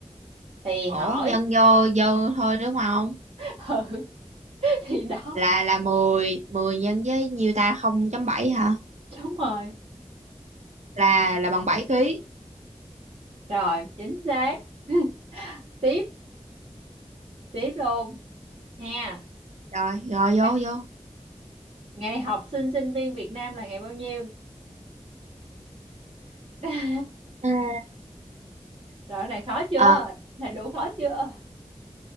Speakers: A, on the right; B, on the right.
A: thì
B: ủa
A: hỏi
B: nhân vô vô thôi đúng không
A: <laughs> ừ thì đó
B: là là 10 10 nhân với nhiêu ta không chấm bảy hả
A: đúng rồi
B: là là bằng bảy ký
A: rồi chính xác <laughs> tiếp tiếp luôn nha
B: rồi rồi vô
A: Ga-
B: vô
A: ngày học sinh sinh viên Việt Nam là ngày bao nhiêu <laughs>
B: À,
A: rồi cái này khó chưa
B: Ờ,
A: cái này đủ khó chưa